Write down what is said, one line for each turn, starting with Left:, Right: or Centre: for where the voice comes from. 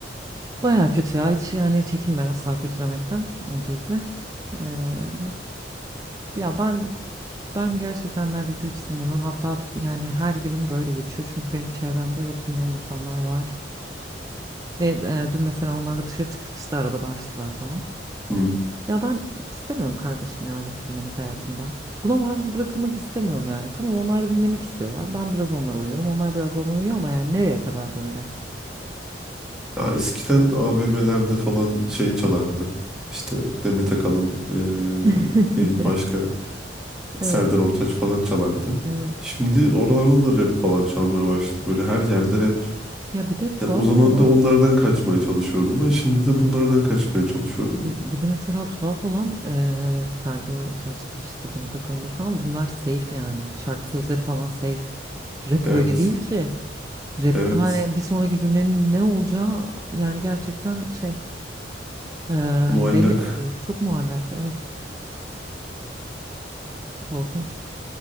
Right: Baya kötü ya hiç yani çekinme asla kötülemekten öncelikle. Ee, ya ben ben gerçekten neredeyse hiç dinlemem. Hatta yani her günüm böyle geçiyor. Çünkü benim çevremde rap dinleyen insanlar var. Ve e, dün mesela onlarla dışarı çıktık işte arabada açtılar falan.
Centre: Hı.
Right: Ya ben istemiyorum kardeşim ya rap dinlemek hayatımda. Buna maruz bırakılmak istemiyorum yani. Tamam onlar da dinlemek istiyorlar. Ben biraz onlara uyuyorum. Onlar biraz bana uyuyor ama yani nereye kadar böyle?
Centre: Ya eskiden AVM'lerde falan şey çalardı. İşte Demet Akalın,
Right: <laughs>
Centre: e, neydi başka
Right: Evet,
Centre: Serdar Ortaç falan çalardı.
Right: evet.
Centre: Şimdi oralarda da rap falan çalmaya başladı. Böyle her yerde rap.
Right: Ya bir de tuhaf
Centre: Yani o zaman
Right: olan
Centre: da onlardan kaçmaya çalışıyordum ben. Şimdi de bunlardan kaçmaya çalışıyorum.
Right: bir, bir de mesela tuhaf olan eee Serdar Ortaç'tır işte Demet Akalın'dır falan. Bunlar safe yani. Şarkı sözleri falan safe. Rap
Centre: Evet.
Right: öyle değil ki. Rapte
Centre: Evet.
Right: hani bir sonraki cümlenin ne olacağı yani gerçekten şey eee,
Centre: Muallak.
Right: belli bile değil. Çok muallak. Evet. Korkunç.